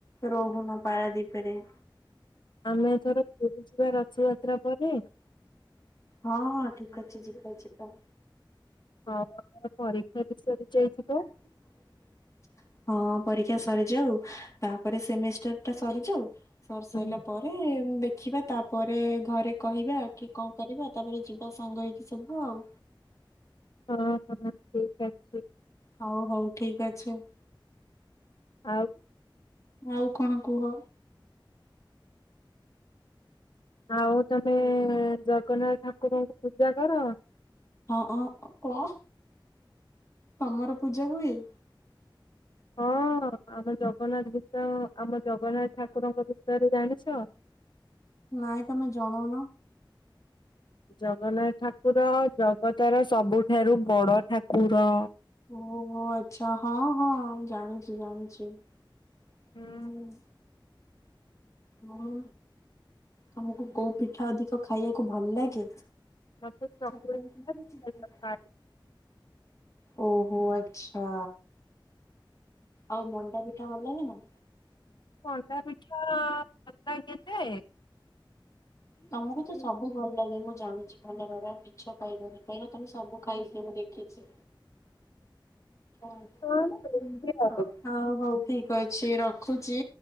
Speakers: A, on the left; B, on the left.
A: ରହୁନ ପାରାଦୀପିରେ।
B: ଆମେ ଏଥର ପୁରୀ ଯିବା ରଥ ଯାତ୍ରା ପରେ?
A: ହଁଁ, ହଁ ଠିକ୍ ଅଛି ଯିବା ଯିବା।
B: ହଁ ପରୀକ୍ଷା ବି ସରି ଯାଇଥିବ।
A: <unintelligible> ହଁ ପରୀକ୍ଷା ସରିଯାଉ, ତାପରେ ସେମିଷ୍ଟରଟା ସରିଯାଉ ସର୍ ସାରିଲା
B: ହୁଁ।
A: ପରେ ଦେଖିବା ତାପରେ ଘରେ କହିବା କି କ କରିବା ତାପରେ ଯିବା ସାଙ୍ଗ ହେଇକି ସବୁ ଆଉ।
B: ହଁ, ହଁ ଠିକ୍ ଅ
A: ହଉ ହଉ ଠିକ୍ ଅଛେ।
B: ଆଉ
A: ଆଉ କଣ କୁହ?
B: ଆଉ ତମେ ଜଗନ୍ନାଥ ଠାକୁରଙ୍କୁ ପୂଜା କର?
A: ହଁ, ହଁ କଣ ତମର ପୂଜା ହୁଏ?
B: ହଁ ଆମ ଜଗନ୍ନାଥ ବିଷୟ ଆମ ଜଗନ୍ନାଥ ଠାକୁରଙ୍କ ବିଷୟରେ ଜାଣିଛ?
A: ନାଇଁ ତମେ ଜଣଉନ।
B: ଜଗନ୍ନାଥ ଠାକୁର ଜଗତର ସବୁଠାରୁ ବଡ ଠାକୁର।
A: ଓହୋ ଆଛା ହଁ, ହଁ ଜାଣିଚି ଜାଣିଚି। <unintelligible>
B: ହୁଁ
A: ହୁଁ ତମକୁ କୋଉ ପିଠା ଅଧିକ ଖାଇବାକୁ ଭଲ ଲାଗେ?
B: ମତେ ଚକୁଳି
A: <unintelligible>
B: ପିଠା ଚିକେନ ତରକାରୀ
A: ଓହୋ ଆଚ୍ଛା। ଆଉ ମଣ୍ଡା ପିଠା ଭଲ ଲାଗେ ନା?
B: ମଣ୍ଡା ପିଠା ଭଲ ଲାଗେଯେ
A: ତମକୁ ତ ସ ସବୁ ଭଲ ଲାଗେ ମୁଁ ଜାଣିଛି ଭଲ ମିଛ କହିବନି କାହିଁକ ନା ତମେ ସବୁ ଖାଇସି ମୁଁ ଦେଖିଛି। <inaudible>
B: ପିଠା ଆଉ
A: ହଉ ହଉ ଠିକ୍ ଅଛି ରଖୁଛି।